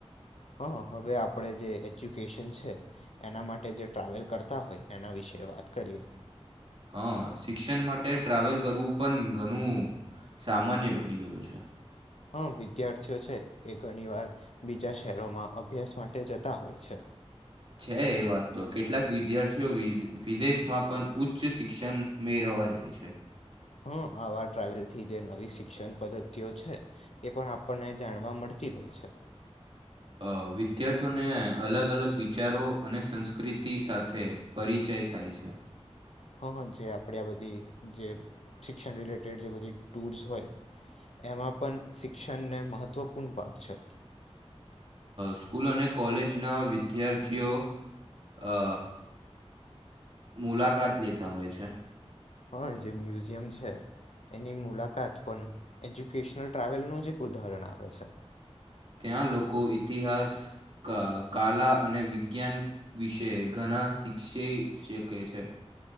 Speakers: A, on the left; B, on the right.
A: હા હવે આપણે જે એજ્યુકેશન છે, એના માટે જે ટ્રાવેલ કરતા હોય એના વિશે એ વાત કરીએ.
B: હા શિક્ષણ માટે ટ્રાવેલ કરવું પણ ઘણું સામાન્ય બની ગયું છે.
A: હમ વિદ્યાર્થીઓ છે એ ઘણી વાર બીજા શહેરોમાં અભ્યાસ માટે જતા હોય છે.
B: છે એ વાત તો કેટલાક વિદ્યાર્થીઓ વી વિદેશમાં પણ ઉચ્ચ શિક્ષણ મેળવ વા જાય છે.
A: હા આવા ટ્રાવેલથી જે નવી શિક્ષણ પદ્ધતિઓ છે, એ પણ આપણને જાણવા મળ તી હોય છે.
B: અ વિદ્યાર્થીઓને અલગ અલગ વિચારો અને સંસ્કૃતિ સાથે પરિચય ય થાય છે.
A: હા જે આપણે આ બધી જે શિક્ષણ રિલેટેડ જે બધી ટૂલ્સ હોય એમાં પણ શિક્ષણને મહત્વપૂર્ણ ભાગ છે.
B: સ્કૂલ અને કોલેજના વિદ્યાર્થીઓ અ મુલાકાત લેતા હોય છે.
A: હા જે મ્યુઝિયમ છે. એની મુલાકાત પણ એજ્યુકેશનલ ટ્રાવેલ નુ જ એક ઉદાહરણ આપે છે.
B: ત્યાં લોકો ઇતિહાસ કાલા અને વિજ્ઞાન વિશે ઘણા ના શિક્ષી શકે છે.